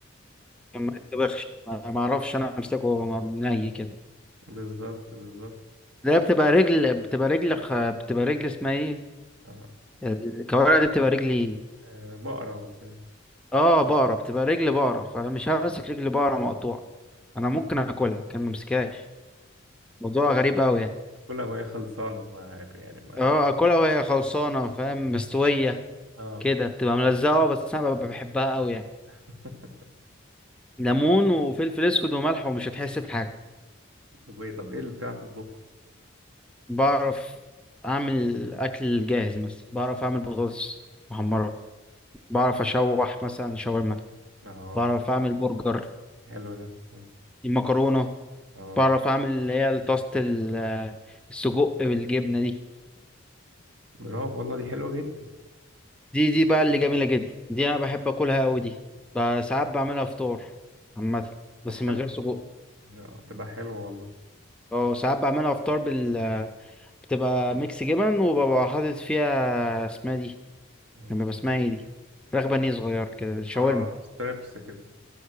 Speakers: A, in the centre; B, on the right (about 75°).
A: ما يتطبخش ما ما اعرفش انا امسكه م- ني كده
B: بالظبط بالظبط
A: ده بتبقى رجل بتبقى رجل خ- بتبقى رجل اسمها ايه
B: آه.
A: الكوارع دي بتبقى رجلي
B: آه، بقرة وكده
A: اه بقرة بتبقى رجل بقرة فانا مش همسك رجل بقرة مقطوعة انا ممكن اكلها كان ممسكهاش موضوع
B: كل
A: غريب قوي يعني
B: كل هواية خلصانة معاك يعني معاك
A: اه اكلها وهي خلصانة فاهم مستوية
B: اه
A: كده بتبقى ملزقة آه، بس انا ببقى بحبها قوي يعني
B: <laughs>
A: ليمون وفلفل اسود وملح ومش هتحس بحاجة
B: طب ايه طب ايه اللي بتعرف تطبخ
A: بعرف اعمل اكل جاهز مثلا بعرف اعمل بطاطس محمرة بعرف اشوح مثلا شاورما
B: اه
A: بعرف اعمل برجر
B: حلو ده حلو
A: المكرونة
B: اه
A: بعرف اعمل اللي هي طاسة ال- السجق بالجبنة دي
B: برافو والله دي حلوة جدا
A: دي دي بقى اللي جميلة جدا دي انا بحب اكلها قوي دي ب- ساعات بعملها فطار عامة
B: ده
A: بس
B: حلو
A: من غير سجق
B: آه، تبقى حلوة والله
A: اه ساعات بعملها فطار بال بتبقى ميكس جبن وببقى حاطط فيها اسمها دي
B: مم.
A: كان بيبقى اسمها ايه دي فراخ بانيه صغير كده شاورما
B: اه ستريبس كده